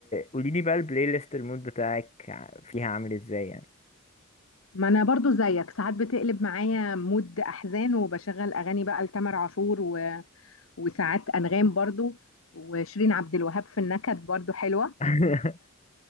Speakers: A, on the left (about 30°); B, on the left (about 70°).
A: قولي لي بقى البلاي ليست المود بتاعك ع- فيها عامل ازاي يعني
B: ما انا برضو زيك ساعات بتقلب معايا مود احزان وبشغل اغاني بقى لتامر عاشور وساعات أنغام برضو وشيرين عبد الوهاب في النكد برضو حلوة
A: <laughs>